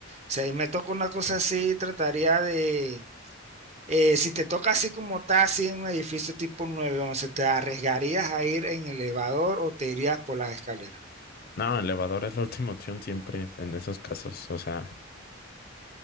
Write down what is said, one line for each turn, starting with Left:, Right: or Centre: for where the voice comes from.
Right: si ahí me toca una cosa así, trataría de eh, si te toca así como está, así en un edificio tipo 911, ¿te arriesgarías a ir en elevador o te irías por las escaleras?
Left: No, elevador es la <laughs> última opción siempre en esos casos. O sea,